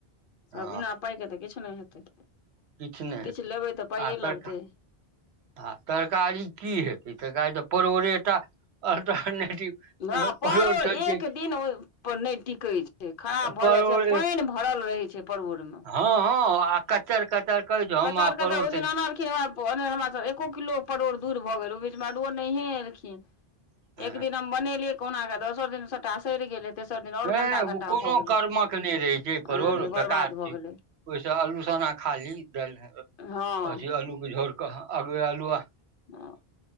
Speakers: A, on the left; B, on the right.
A: सब
B: हँ
A: बिना पाय के तऽ किछ नै हेतै।
B: किछु नहि हेतै
A: किछ लेबै तऽ पाइये
B: आ तरका
A: लगतै।
B: आ तरकारी की हेतै तरकारी तऽ परोरेटा अल्टरनेटिव
A: <unintelligible> परोर
B: परोड़ छोड़
A: एक
B: के
A: दिन ओय पर नै टिके छै, खराब भ
B: परोड़
A: जाय छै, पाएन भरल रहे छै परोर मे।
B: हां-हां आ कच्चर कचर कहै छै हम
A: कचर-कचर
B: आ परोड़
A: ओ दिन अनलखिन वैह प नै हमरा से एको किलो परोर दूईर भ गेल उ बीच मे <unintelligible> नहिए एलखिन्ह
B: से
A: एक दिन हम बनेलियै कौहना कै दोसर दिन सबटा सैर गेलै तेसर दिन आओर
B: हें
A: गन्दा गन्दा
B: उ कोनो
A: भऽ गेलै
B: कर्मक नै रहै छै परोड़
A: अरे
B: बेकार
A: बर्बाद भऽ
B: छै।
A: गेलै
B: ओय से अल्लू सन्ना खा ली दाईल में के
A: हँ
B: अथी अल्लू के झोर कऽ हां <unintelligible> अल्लूवा।
A: हां